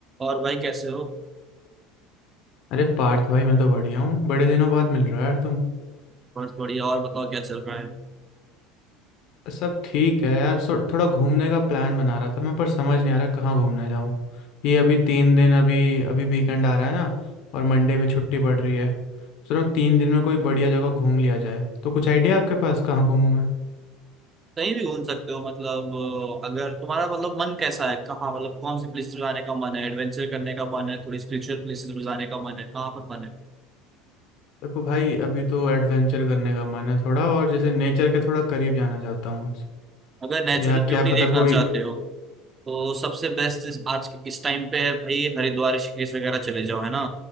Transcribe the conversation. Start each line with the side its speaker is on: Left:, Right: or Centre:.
Right: और भाई कैसे हो
Left: अरे पार्थ भाई मैं तो बढ़िया हूँ बड़े दिनों बाद मिल रहा है यार तुम
Right: बस बढ़िया और बताओ क्या चल रहा है
Left: सब ठीक है यार सो थोड़ा घूमने का प्लान बना रहा था मैं पर समझ नहीं आ रहा कहाँ घूमने जाऊँ ये अभी तीन दिन अभी अभी वीकेंड आ रहा है ना और मंडे भी छुट्टी पड़ रही है चलो तीन दिन में कोई बढ़िया जगह घूम लिया जाए तो कुछ आइडिया आपके पास कहाँ घूमूं मैं
Right: कहीं भी घूम सकते हो मतलब अ, अगर तुम्हारा मतलब मन कैसा है कहाँ मतलब कौन सी प्लेसेस पे जाने का मन है एडवेंचर करने का मन है थोड़ी स्पिरिचुअल प्लेसेस पे जाने का मन है कहाँ पर मन है
Left: देखो भाई अभी तो एडवेंचर करने का मन है थोड़ा और जैसे नेचर के थोड़ा करीब जाना चाहता हूँ
Right: अगर नेचुरल
Left: या
Right: ब्यूटी
Left: क्या पता
Right: देखना
Left: कोई
Right: चाहते हो तो सबसे बेस्ट इस, आज के इस टाइम पे है भाई हरिद्वार ऋषिकेश वगैरह चले जाओ है ना